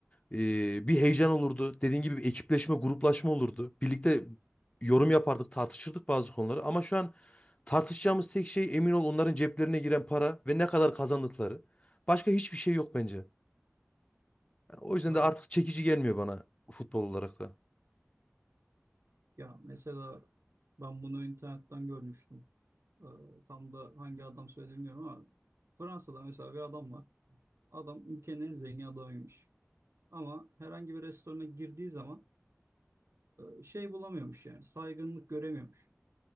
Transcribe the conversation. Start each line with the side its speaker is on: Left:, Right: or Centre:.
Left: e, bir heyecan olurdu. Dediğin gibi bir ekipleşme, gruplaşma olurdu. Birlikte yorum yapardık, tartışırdık bazı konuları. Ama şu an tartışacağımız tek şey emin ol onların ceplerine giren para ve ne kadar kazandıkları. Başka hiçbir şey yok bence. Yani o yüzden
Right: Tabii.
Left: de artık çekici gelmiyor bana futbol olarak da.
Right: Ya mesela ben bunu internetten görmüştüm. Ee, tam da hangi adam söyledi bilmiyorum ama Fransa'da mesela bir adam var. Adam ülkenin en zengin adamıymış. Ama herhangi bir restorana girdiği zaman e, şey bulamıyormuş yani saygınlık göremiyormuş.